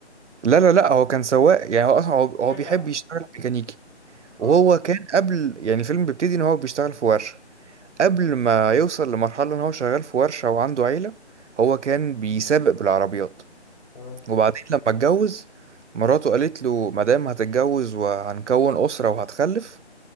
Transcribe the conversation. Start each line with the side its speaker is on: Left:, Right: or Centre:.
Right: لا لا لا هو كان سواق يعني هو اصلا هو هو
Left: بشكل
Right: بيحب
Left: عام
Right: يشتغل ميكانيكي
Left: اه
Right: وهو كان قبل يعني الفيلم بيبتدي ان هو بيشتغل في ورشة قبل ما يوصل لمرحلة ان هو شغال في ورشة وعنده عيلة هو كان بيسابق بالعربيات
Left: تمام
Right: وبعدين لما اتجوز مراته قالت له مادام هتتجوز وهنكون أسرة وهتخلف